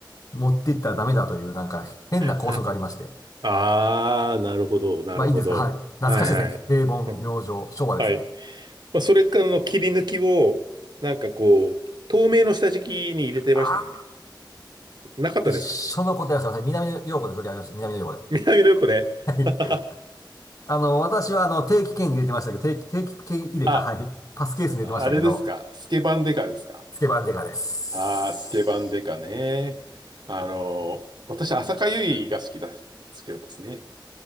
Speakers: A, on the left; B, on the right.
A: 持っていったらダメだという、なんか変な校則がありまして。
B: はいああ、なるほど、なるほど。
A: まあいいんですが、はい。懐かしいですね。
B: はいはい。
A: 平凡、
B: うん、
A: 明星、昭和ですね。
B: はい。まあ、それからの切り抜きを、なんかこう、透明の下敷きに入れてましたね。
A: ああ、
B: なかったですか
A: 一緒のことやらせてください。南野陽子で取り上げました。南野陽子で。
B: <laughs> 南の横で。
A: はい。
B: <laughs>
A: あの、私はあの、定期券に入れてましたけど、定期、定期券入れか、
B: あ
A: はい。パスケースに入れてましたけど、
B: あれですかスケバンデカですか
A: スケバンデカです。
B: ああー、スケバンデカね。あの、私、浅香唯が好きだ、好きだったですね。